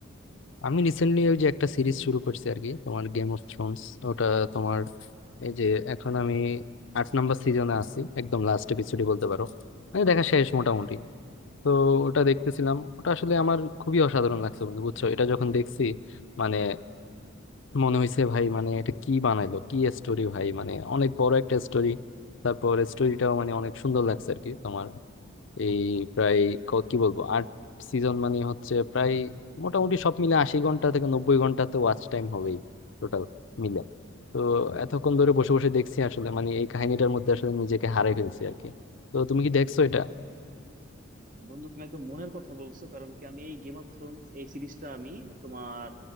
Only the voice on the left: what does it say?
আমি রিসেন্টলি ওই যে একটা সিরিজ শুরু করছি আর কি তোমার গেম অফ থ্রোনস ওটা তোমার এই যে এখন আমি আট নাম্বার সিজনে আছি একদম লাস্ট এপিসোডই বলতে পারো মানে দেখা শেষ মোটামুটি তো ওটা দেখতেছিলাম ওটা আসলে আমার খুবই অসাধারণ লাগছে বন্ধু বুঝছো এটা যখন দেখছি মানে মনে হয়েছে ভাই মানে এটা কি বানাইলো কি স্টোরি ভাই মানে অনেক বড় একটা স্টোরি তারপর স্টোরিটাও মানে অনেক সুন্দর লাগছে আর কি তোমার এই প্রায় ক- কি বলবো আট সিজন মানে হচ্ছে প্রায় মোটামুটি সব মিলে আশি ঘন্টা থেকে নব্বই ঘন্টা তো ওয়াচ টাইম হবেই টোটাল মিলে তো এতক্ষণ ধরে বসে বসে দেখছি আসলে মানে এই কাহিনীটার মধ্যে আসলে নিজেকে হারাই ফেলছি আর কি তো তুমি কি দেখছো এটা